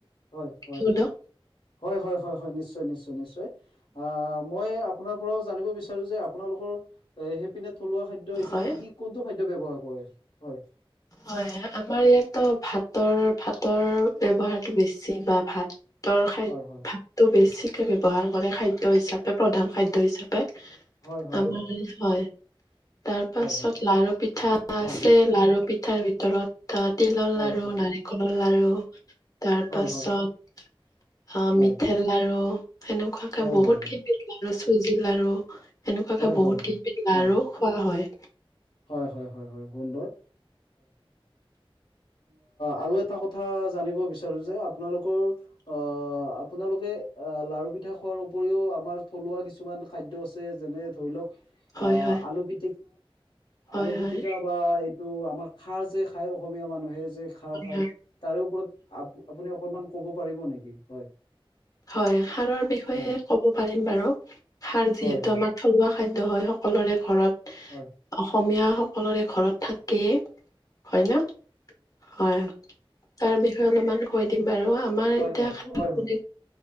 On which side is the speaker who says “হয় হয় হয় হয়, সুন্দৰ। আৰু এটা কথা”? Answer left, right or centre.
Left